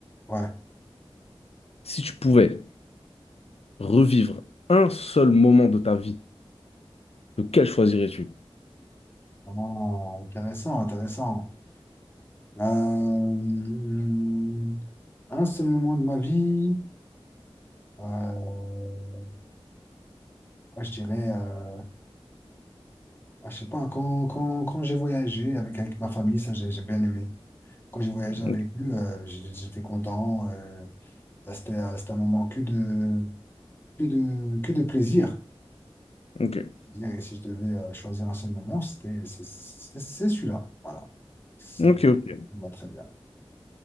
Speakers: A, on the left (about 20°); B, on the left (about 85°).
A: Ouais,
B: Si tu pouvais revivre un seul moment de ta vie, lequel choisirais-tu?
A: vraiment intéressant, intéressant. Euh, hum, un seul moment de ma vie, euh, ah, je dirais, euh, ah, je sais pas, quand, quand, quand j'ai voyagé avec, avec ma famille, ça j'ai j'ai bien aimé. Quand j'ai voyagé
B: Ok,
A: avec eux, euh, j'- j'étais content. euh, c'était, c'était un moment que de, que de, que de plaisir.
B: ok,
A: disais, si je devais euh, choisir un seul moment, c'était c'est c'est- c'est celui-là. Voilà. Ça
B: ok.
A: me
B: ok.
A: va très bien.